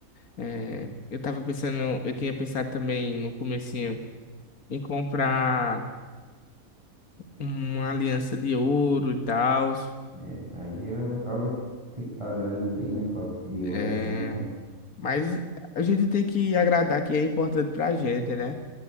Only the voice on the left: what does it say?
é, eu tava pensando. Eu tinha pensado também no comecinho em comprar uma aliança de ouro e tal.
É,
mas a gente tem que agradar que é importante pra gente, né?